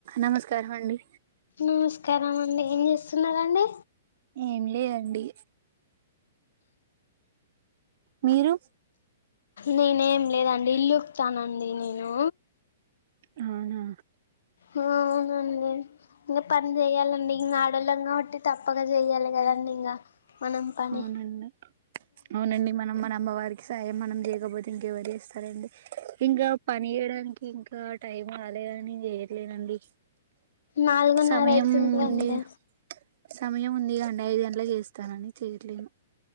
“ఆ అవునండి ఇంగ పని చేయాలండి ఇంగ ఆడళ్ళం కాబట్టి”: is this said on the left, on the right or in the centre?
Left